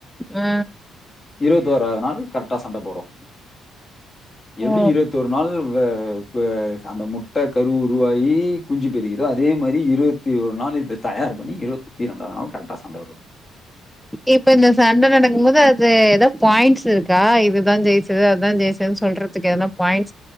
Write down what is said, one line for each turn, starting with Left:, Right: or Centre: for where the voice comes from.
Centre: ஆ
Left: இருபத்தோராது நாள் கரெக்டா சண்ட போடும் எப்டி
Centre: ஓ
Left: இருபத்தொரு நாள் வவ வ அந்த முட்ட கரு உருவாகி குஞ்சி பெரிக்கிதோ அதே மாதிரி இருபத்தி ஒரு நாள் இது தயார் பண்ணி இருபத்தி இரண்டாவது நாள் கரெக்டா சண்ட விடுவோ
Centre: இப்ப இந்த சண்ட நடக்கும் போது அது ஏதாவது பாயிண்ட்ஸ் இருக்கா இதுதான் ஜெயிச்சது அததான் ஜெயச்சது சொல்றதுக்கு ஏதுன்னா பாயிண்